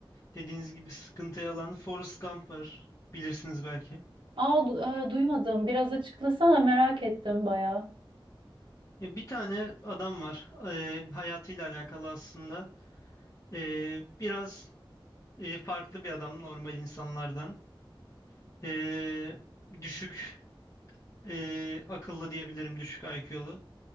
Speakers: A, on the left; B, on the right.
A: dediğiniz gibi sıkıntıya alan Forrest Gump var. Bilirsiniz belki.
B: Aa, du- e, duymadım. Biraz açıklasana merak ettim bayağı.
A: Ya bir tane adam var. Ee, hayatıyla alakalı aslında. Ee, biraz e, farklı bir adam normal insanlardan. Ee, düşük e, akıllı diyebilirim. Düşük IQ'lu.